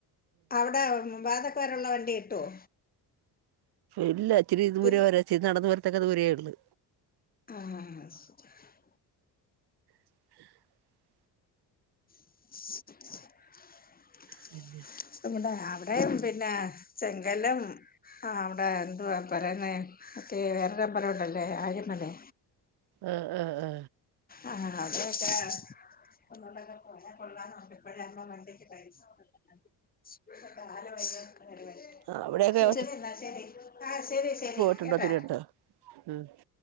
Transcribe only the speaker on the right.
ഇല്ല ഇച്ചിരി ദൂരെ
വ ഇച്ചിരി നടന്ന വരത്തക്ക ദൂരയേ ഉള്ളു.
<inaudible>
പിന്നെ
ആഹ് ആ ആ.
ആഹ് അവിടെയൊക്കെ
ഇട്ടുണ്ടോ
ത്തിരിയെട്ട് ഉം